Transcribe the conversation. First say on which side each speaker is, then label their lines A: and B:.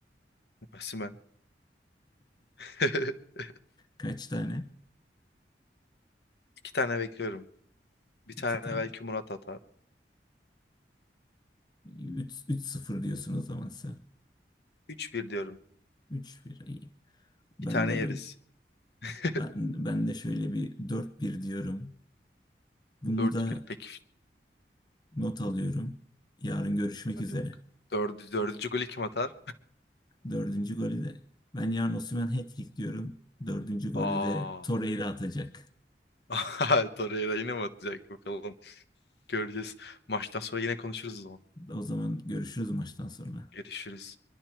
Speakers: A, on the left; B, on the left.
A: Osimhen. <laughs>
B: Kaç tane?
A: İki tane bekliyorum. Bir
B: İki
A: tane
B: tane.
A: belki Murat atar.
B: Üç 3-0 diyorsun o zaman sen.
A: 3-1 diyorum.
B: Üç bir iyi. Ben
A: Bir tane
B: de
A: yeriz.
B: böyle
A: <laughs>
B: ben, ben de şöyle bir dört bir diyorum. Bunu
A: 4-1
B: da
A: peki.
B: Not alıyorum. Yarın görüşmek
A: Hadi
B: üzere.
A: bakalım. Dördü, dördüncü golü kim atar?
B: Dördüncü golü de. Ben yarın Osimhen hat-trick diyorum. Dördüncü golü
A: Aa.
B: de Torreira atacak.
A: <laughs> Torreira yine mi atacak bakalım. Göreceğiz. Maçtan sonra yine konuşuruz o zaman.
B: O zaman görüşürüz maçtan sonra.
A: Görüşürüz.